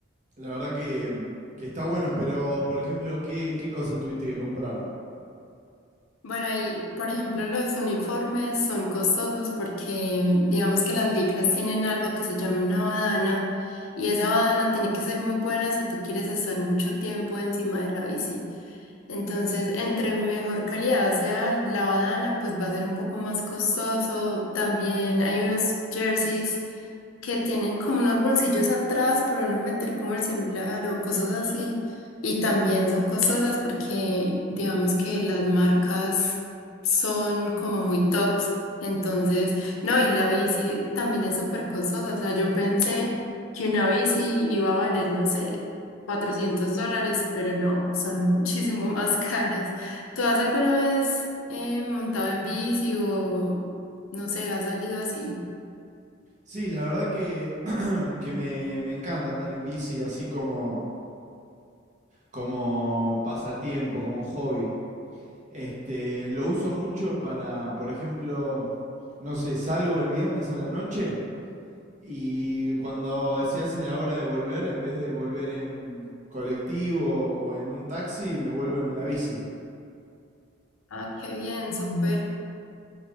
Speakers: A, on the right; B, on the left.
A: la verdad que, que está bueno, pero por ejemplo, ¿qué, qué cosas tuviste que comprar?
B: Bueno, y por ejemplo, los uniformes son costosos porque mm, digamos que las licras tienen algo que se llama una badana y esa badana tiene que ser muy buena si tú quieres estar mucho tiempo encima de la bici. Entonces, entre mejor calidad sea la badana, pues va a ser un poco más costoso. También hay unos jerseys que tienen como unos bolsillos atrás para no meter como el celular o cosas así. Y también son costosas porque digamos que las marcas son como muy tops. Entonces, no, y la bici también es súper costosa. O sea, yo pensé que una bici iba a valer, no sé, 400 dólares, pero no, son muchísimo <laughs> más caras. ¿Tú has alguna vez eh, montado en bici o, no sé, has salido así?
A: Sí, la verdad que que me, me encanta andar en bici así como, como pasatiempo, como hobby. Este, lo uso mucho para, por ejemplo, no sé, salgo el viernes a la noche y cuando se hace la hora de volver, en vez de volver en colectivo o en un taxi, me vuelvo en la bici.
B: Ah, qué bien, súper.